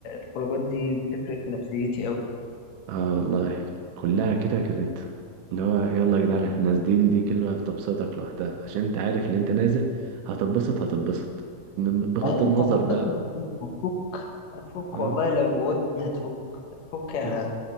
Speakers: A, on the left; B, on the right.
A: الخروجات دي بتفرق في نفسيتي أوي
B: اه والله كلها كده كانت اللي هو يلا يا جدعان احنا نازلين دي كلمة بتبسطك لوحدها عشان انت عارف اللي انت نازل هتتبسط هتتبسط من- بغض
A: لا
B: النظر
A: أنت هتبقى
B: بقى
A: في البيت هتفك هتفك
B: اه
A: والله لو جواك ليه هتفك هتفك يعني
B: بز...
A: هتفك